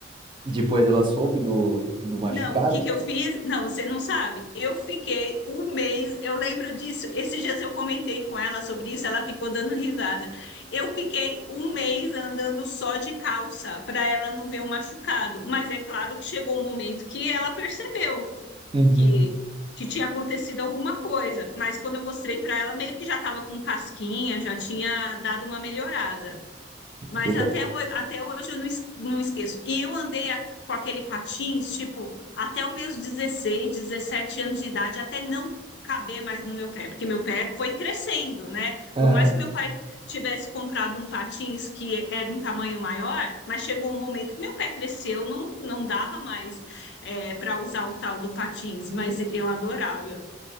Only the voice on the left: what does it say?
Não, o que que eu fiz? Não, você não sabe. Eu fiquei um mês, eu lembro disso. Esses dias eu comentei com ela sobre isso, ela ficou dando risada. Eu fiquei um mês andando só de calça para ela não ver o machucado. Mas é claro que chegou um momento que ela percebeu
que, que tinha acontecido alguma coisa. Mas quando eu mostrei para ela, meio que já estava com casquinha, já tinha dado uma melhorada. Mas
até, ho- até hoje eu não, es- não esqueço. E eu andei a- com aquele patins, tipo, até os meus dezesseis dezessete anos de idade, até não caber mais no meu pé, porque meu pé foi crescendo, né?
Por mais que meu pai tivesse comprado um patins que era um tamanho maior, mas chegou um momento que meu pé cresceu, não, não dava mais para usar o tal do patins, mas eu adorava.